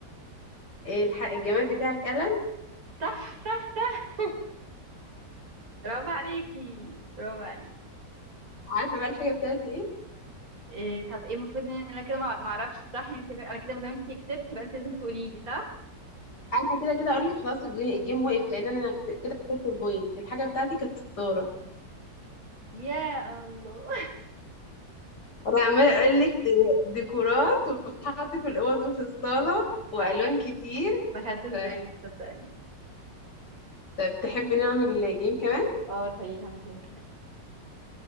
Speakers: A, on the left; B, on the right.
A: الح... الجماد بتاعك قلم
B: صح صح صح برافو عليكي برافو عليكي
A: عارفة بقى الحاجة بتاعتي ايه
B: إيه طب ايه المفروض ان انا كده ما ما اعرفش صح يعني انت انا كده ما دام انت كسبتي يبقى انت لازم تقولي لي صح
A: انا كده كده اقول لك خلاص الجي- الجيم وقف
B: امم
A: لان انا كت- كده كسبت البوينت الحاجة بتاعتي كانت ستارة
B: يا الله
A: انا عمالة اقول لك ديكورات وبتتحط في الاوض وفي الصالة
B: <laughs>
A: والوان
B: آه
A: كتير
B: ما خدتش
A: ف...
B: بالي تصدقني
A: طب تحبي نعمل جيم كمان
B: اه تعالي نعمل جيم كمان